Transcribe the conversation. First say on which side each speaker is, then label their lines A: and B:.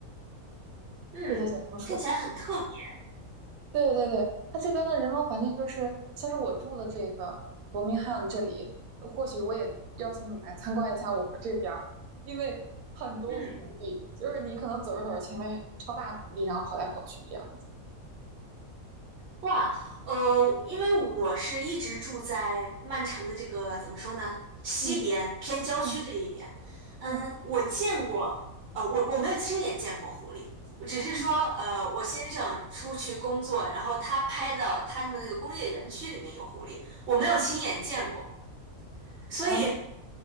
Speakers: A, on the right; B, on the right.
A: 嗯，
B: 特别多小松鼠。
A: 听起来很特别，
B: 对对对，它这边的人文环境就是，像是我住的这个伯明翰这里，或许我也邀请你来参观一下我们这边儿，因为很多狐狸，
A: 嗯。
B: 就是你可能走着走着前面有超大狐狸，然后跑来跑去这样子。
A: 哇，呃，因为我是一直住在曼城的这个怎么说呢，西边偏郊区这一边。
B: 嗯嗯
A: 嗯，
B: 嗯
A: 我见过，呃，我我没有亲眼见过狐狸，我只是说，
B: 嗯
A: 呃，我先生出去工作，然后他拍到他们那个工业园区里面有狐狸，我没有亲眼见过，
B: 嗯，
A: 所以
B: 好玩